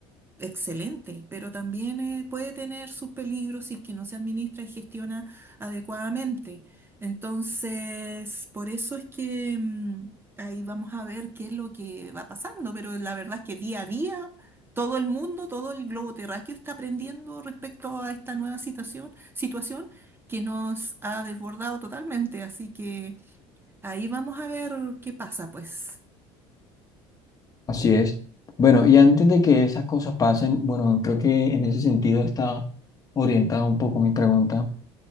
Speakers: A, on the right; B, on the left.
A: excelente, pero también eh, puede tener sus peligros si es que no se administra y gestiona adecuadamente. Entonces, por eso es que mm, ahí vamos a ver qué es lo que va pasando, pero la verdad es que día a día todo el mundo, todo el globo terráqueo está aprendiendo respecto a esta nueva situación, situación que nos ha desbordado totalmente, así que... Ahí vamos a ver qué pasa, pues.
B: Así es. Bueno, y antes de que esas cosas pasen, bueno, creo que en ese sentido está orientada un poco mi pregunta,